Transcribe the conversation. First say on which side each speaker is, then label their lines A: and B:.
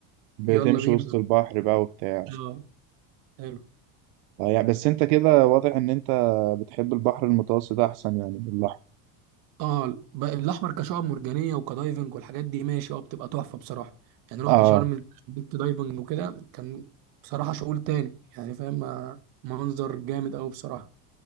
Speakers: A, on the right (about 70°); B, on the right (about 50°).
A: بتمشي
B: يلا بينا
A: وسط البحر بقى وبتاع
B: آه. حلو.
A: آه يعني بس أنت كده واضح إن أنت بتحب البحر المتوسط أحسن يعني من الأحمر
B: اه ب- الاحمر كشعب مرجانيه وكدايفنج والحاجات دي ماشي اه بتبقى تحفه بصراحه يعني رحت
A: آه
B: شرم كنت دايفنج وكده كان بصراحه شغل تاني يعني فاهم آه، منظر جامد قوي بصراحه